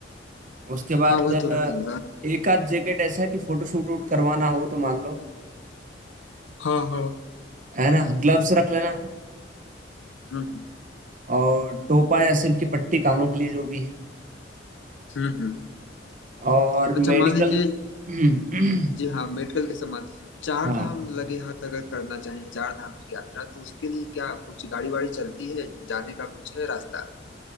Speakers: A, on the right (about 45°); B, on the left (about 85°).
A: उसके बाद
B: हाँ वह
A: अ,
B: तो रख लूंगा
A: एक आध जैकेट ऐसा कि फोटो शूट वूट करवाना हो तो मान लो
B: हाँ हाँ
A: है ना ग्लव्स रख लेना
B: हम्म
A: और टोपा या सिर की पट्टी कानों के लिए जो भी है
B: हम्म हम्म।
A: और
B: अच्छा
A: मेडिकल
B: मान लीजिए
A: हम्म,
B: जी हाँ
A: <clears throat>
B: मेडिकल के समान चार
A: हाँ
B: धाम लगे हाथ अगर करना चाहें चार धाम की यात्रा तो उसके लिए क्या कुछ गाड़ी वाड़ी चलती है जाने का कुछ है रास्ता